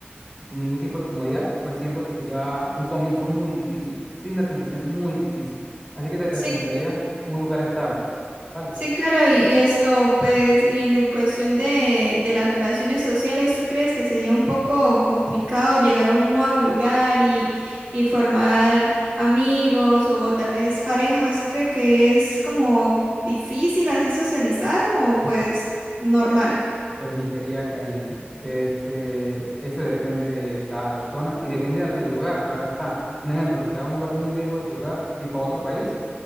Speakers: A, in the centre; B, on the right (about 45°).
A: de ningún tipo de comodidad, pues siento que sería un comienzo muy difícil, sí, una transición muy difícil. Así que te recomendaría
B: Sí,
A: un lugar estable, ¿vale?
B: sí, claro, y, y esto, pues, y en el cuestión de, de las relaciones sociales, ¿tú crees que sería un poco complicado llegar a un nuevo lugar y, y formar amigos o tal vez parejas? ¿Tú crees que es como difícil así socializar o pues normal?
A: Pues mi querida Karina, este, esto depende de cada persona y depende del del lugar, claro está. Un ejemplo, si te vas a un lugar muy lejos de tu hogar, tipo a otro país,